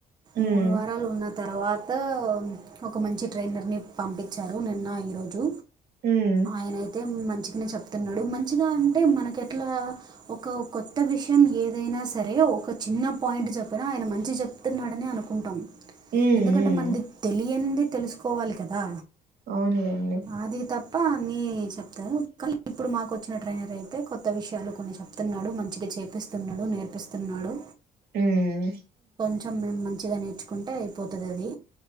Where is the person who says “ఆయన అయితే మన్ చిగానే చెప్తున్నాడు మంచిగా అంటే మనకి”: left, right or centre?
Right